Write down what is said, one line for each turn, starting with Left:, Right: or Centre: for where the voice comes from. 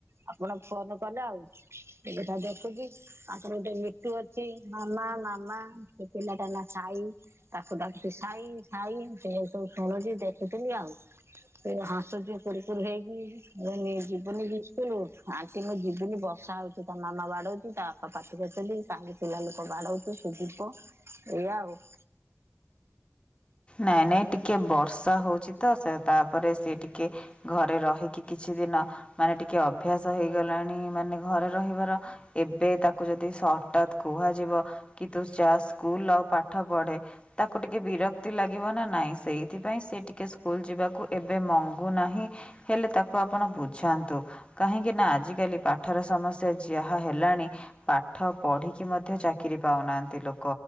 Right: ଆପଣ ଫୋନ କଲେ ଆଉ ମୁଁ ଏଟା ଦେଖୁଚି ତାଙ୍କର ଗୋଟେ ମିଟୁ ଅଛି ମାମା ମାମା ସେ ପିଲାଟା ନା ସାଇ ତାକୁଡାକୁଚି ସାଇ ସାଇ ସେଇଆ କୁ ସବୁ ଶୁଣୁଚି। ଦେଖୁଥିଲି ଆଉ ଫେରେ ହସୁଚି ଫୁଣି ସ୍କୁଲ ହେଇକି ମୁଁ କହିନି ଯିବୁନିକି ସ୍କୁଲ ଆଣ୍ଟି ମୁଁ ଯିବୁନି ବର୍ଷା ହଉଚଚି ତା ମାମା ବାଡଉଚି ତା ଵାପା ପାଟି କରୁଚନ୍ତି କାଇଁ ପିଲା ଲୋକ ବାଡଉଚୁ ସେ ଯିବ ଏଇଆ ଆଉ। <inaudible>
Left: ନାଇଁ ନାଇଁ ଟିକେ ବର୍ଷା ହଉଚି ତ ସେ ତାପରେ ସି ଟିକେ ଘରେ ରହିକି କି କିଛି ଦିନ ମାନେ ଟିକେ ଅଭ୍ୟାସ ହେଇଗଲାଣି ମାନେ ଘରେ ରହିବାର। ଏବେ ତାକୁ ଯଦି ହଠାତ୍ କୁହାଯିବ କି ତୁ ଯାହା ସ୍କୁଲ ଆଉ ପାଠ ପଢେ ତାକୁ ଟିକେ ବିରକ୍ତି ଲାଗିବ ନା ନାଇଁ। ସେଇଥିପାଇ ସେ ଟିକେ ସ୍କୁଲ ଯିବାକୁ ଏବେ ମଙ୍ଗୁ ନାହିଁ ହେଲେ ତାକୁ ଆପଣ ବୁଝାନ୍ତୁ? କାହିଁକି ନା ଆଜିକାଲି ପାଠର ସମସ୍ୟା ଯାହା ହେଲାଣି ପାଠ ପଢ଼ିକି ମଧ୍ୟ ଚାକିରୀ ପାଉନାହାନ୍ତି ଲୋକ